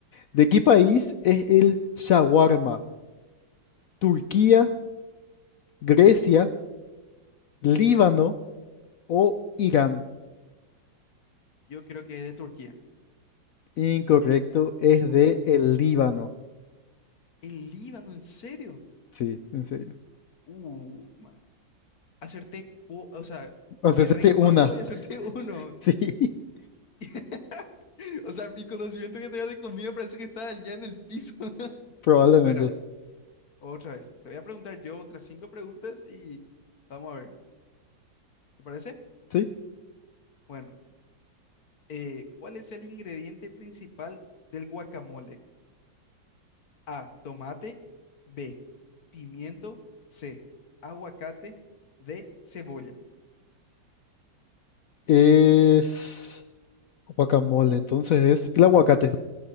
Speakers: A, on the left; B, on the left.
A: ¿De qué país es el shawarma? Turquía, Grecia, Líbano o Irán.
B: Yo creo que es de Turquía.
A: Incorrecto, es
B: No,
A: de el Líbano.
B: el Líbano, ¿en serio?
A: Sí, en serio.
B: Uh, Acerté, cu- o sea,
A: O sea,
B: erré
A: este
B: cuatro
A: una.
B: y acerté
A: <laughs>
B: uno.
A: Sí,
B: <laughs> O sea, mi conocimiento general de comida parece que está allá en el piso. <laughs>
A: probablemente.
B: Bueno, otra vez. Te voy a preguntar yo otras cinco preguntas y vamos a ver. ¿Te parece?
A: Sí.
B: Bueno, eh, ¿cuál es el ingrediente principal del guacamole? A, tomate. B, pimiento. C, aguacate. D, cebolla.
A: Es guacamole, entonces es el aguacate.